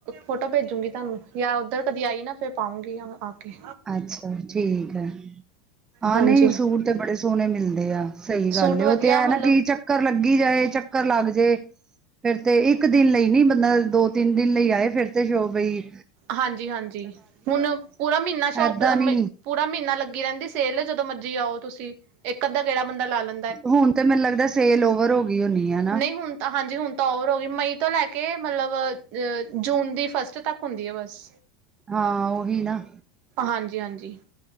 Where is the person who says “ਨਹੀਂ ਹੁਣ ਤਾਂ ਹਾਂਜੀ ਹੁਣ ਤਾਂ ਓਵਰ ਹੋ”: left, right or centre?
Right